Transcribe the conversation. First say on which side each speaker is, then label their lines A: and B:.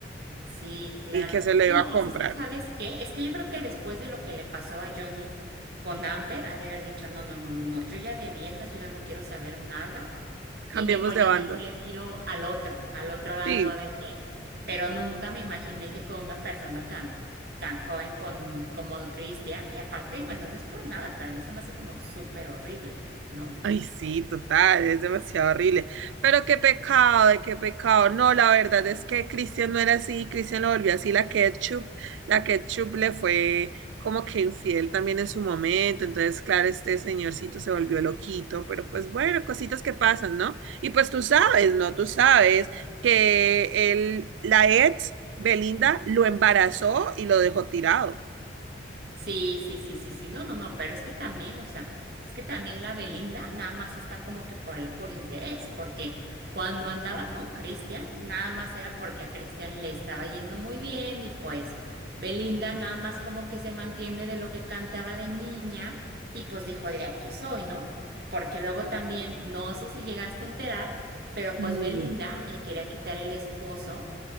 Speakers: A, on the right; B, on the right.
A: Sí, claro.
B: y que se le
A: No,
B: iba a comprar.
A: pues es que, ¿sabes qué? Es que yo creo que después de lo que le pasó a Johnny con Amber, ha de haber dicho, no, no, no, no, no, yo ya de viejas, yo ya no quiero saber nada
B: Cambiemos
A: y mejor
B: de
A: ya
B: bando.
A: mejor le tiro al otro, al otro dando
B: Sí.
A: a ver qué. Pero nunca me imaginé que con una persona tan, tan joven con, como Christian, y aparte, bueno, no es por nada, pero a mí se me hace como súper horrible, ¿no?
B: Ay, sí, total, es demasiado horrible. Pero qué pecado, ay, qué pecado. No, la verdad es que Cristian no era así, Cristian lo volvió así, la ketchup, la ketchup le fue como que infiel también en su momento. Entonces, claro, este señorcito se volvió loquito, pero pues bueno, cositas que pasan, ¿no? Y pues tú sabes, ¿no? Tú sabes que él, la ex, Belinda, lo embarazó y lo dejó tirado.
A: Sí, sí, sí, sí, sí, no, no, no, pero es que también, o sea, es que también la Belinda nada más está como que por el puro interés, porque cuando andaba con Cristian, nada más era porque a Cristian le estaba yendo muy bien y pues Belinda nada más como que se mantiene de lo que cantaba de niña y pues dijo de aquí soy, ¿no? Porque luego también, no sé si llegaste a enterar, pero pues
B: Mm.
A: Belinda le quería quitar el esposo